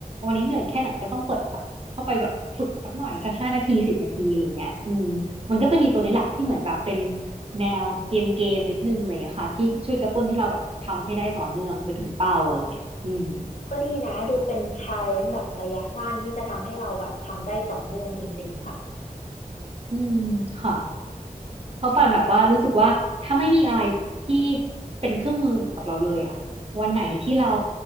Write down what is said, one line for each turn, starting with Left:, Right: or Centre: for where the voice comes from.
Right: วันนี้เหนื่อยแค่ไหนก็ต้องเปิดแบบเข้าไปแบบฝึกสักหน่อยสักห้านาทีสิบนาทีอะไรเงี้ยอืมมันก็จะมีตัวนี้แหละที่เหมือนแบบเป็นแนวเกมเกมนิดนึงอะไรเลยค่ะที่ช่วยกระตุ้นให้เราแบบทำให้ได้ต่อเนื่องไปถึงเป้าอะไรเงี้ยอืม
Left: ก็ดีนะดูเป็นชาเลนจ์แบบระยะสั้นที่จะทำให้เราแบบทำได้ต่อเนื่องจริงๆค่ะ
Right: อืมค่ะ เพราะป่านแบบว่ารู้สึกว่าถ้าไม่มีอะไรที่เป็นเครื่องมือกับเราเลยอะวันไหนที่เรา